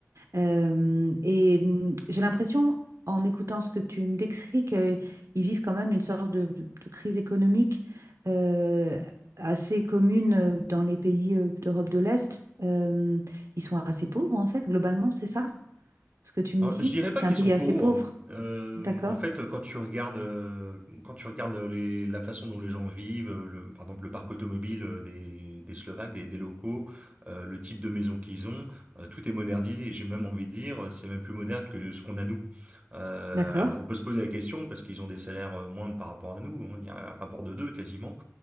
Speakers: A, on the right (about 70°); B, on the right (about 30°).
A: Euh, et hum, j'ai l'impression, en écoutant ce que tu me décris, qu'ils vivent quand même une sorte de, de- de crise économique euh, assez commune euh, dans les pays euh, d'Europe de l'Est. Euh, ils sont assez pauvres en fait, globalement, c'est ça? ce que tu me
B: Alors,
A: dis.
B: je dirais
A: C'est
B: pas qu'ils
A: un pays
B: sont
A: assez
B: pauvres.
A: pauvre.
B: Euh,
A: D'accord?
B: en fait, quand tu regardes, euh, quand tu regardes les, la façon dont les gens vivent, euh, le, par exemple le parc automobile euh, des, des Slovaques, des, des locaux, euh, le type de maison qu'ils ont, euh, tout est modernisé. J'ai même envie de dire, c'est même plus moderne que ce qu'on a nous. Euh,
A: D'accord?
B: alors on peut se poser la question parce qu'ils ont des salaires euh, moindres par rapport à nous. hein. Il y a un rapport de deux quasiment.